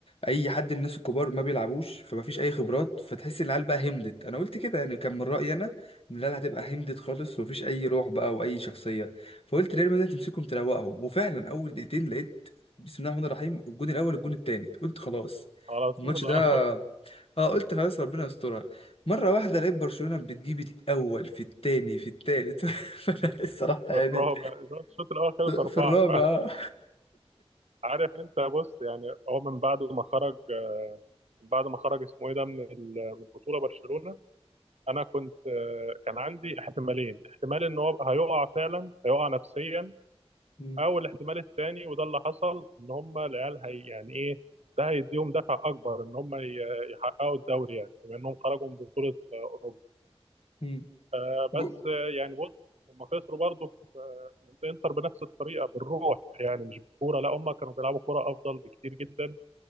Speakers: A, on the left; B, on the right.
A: اي حد من الناس الكبار ما بيلعبوش فمفيش اي خبرات فتحس ان العيال بقى همدت انا قلت كده يعني كان من رايي انا ان العيال هتبقى همدت خالص ومفيش اي روح بقى واي شخصيه فقلت ريال مدريد تمسكهم تروقهم وفعلا اول دقيقتين لقيت بسم الله الرحمن الرحيم الجون الاول الجون التاني قلت خلاص
B: على طول
A: الماتش ده
B: اه
A: اه قلت خلاص ربنا يسترها مرة واحدة لقيت برشلونة بتجيب الأول في التاني في التالت <laughs> فأنا الصراحة
B: في
A: يعني
B: الرابع الشوط الاول خلص اربعه
A: في الرابع آه.
B: عارف انت بص يعني هو من بعد ما خرج من بعد ما خرج اسمه ايه ده من ال- من البطوله برشلونه انا كنت آه، كان عندي احتمالين احتمال ان هو هيقع فعلا هيقع نفسيا
A: م-
B: او الاحتمال التاني وده اللي حصل ان هم العيال هي يعني ايه ده هيديهم دفع اكبر ان هم ي- يحققوا الدوري يعني بما انهم خرجوا من بطوله آه، اوروبا
A: م.
B: آه
A: و-
B: بس آه، يعني بص هم خسروا برضه في آه، من الانتر بنفس الطريقه بالروح يعني مش بالكوره لا هم كانوا بيلعبوا كوره افضل بكتير جدا